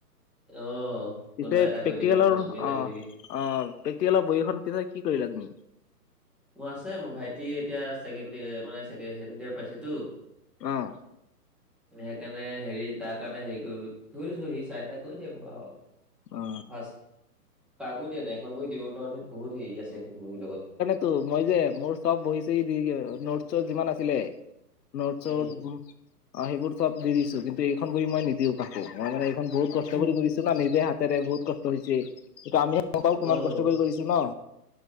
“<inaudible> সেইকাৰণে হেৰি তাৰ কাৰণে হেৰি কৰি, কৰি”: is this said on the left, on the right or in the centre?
Centre